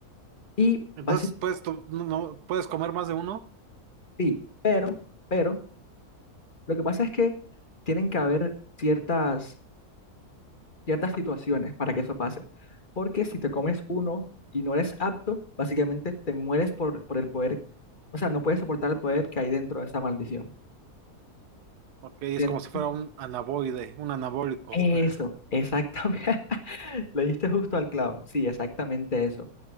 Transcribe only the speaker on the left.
Y
básicamente,
sí, pero, pero, lo que pasa es que tienen que haber ciertas ciertas situaciones para que eso pase. Porque si te comes uno y no eres apto, básicamente te mueres por, por el poder, o sea, no puedes soportar el poder que hay dentro de esa maldición.
¿Entiendes?
Eso,
exactamente. <laughs> Le diste justo al clavo. Sí, exactamente eso.